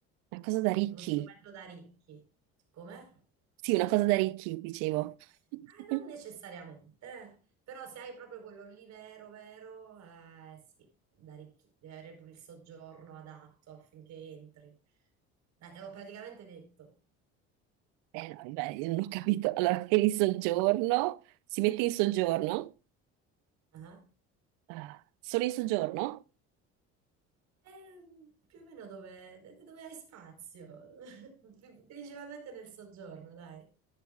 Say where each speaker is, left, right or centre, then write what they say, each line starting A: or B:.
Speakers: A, on the right; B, on the right.
A: una cosa da ricchi.
B: Uno strumento da ricchi. Come?
A: Sì, una cosa da ricchi, dicevo.
B: Eh,
A: <laughs>
B: non necessariamente, eh. però se hai proprio quello lì vero, vero, eh, sì, da ricchi, devi avere pure il soggiorno adatto affinché entri. Dai, te l'ho praticamente detto.
A: Eh, no, beh, io non ho capito. Allora, eri in soggiorno? Si mette in soggiorno?
B: Ah,
A: Ah, solo in soggiorno?
B: eh, più o meno dove, dove hai spazio, <laughs> principalmente nel soggiorno, dai.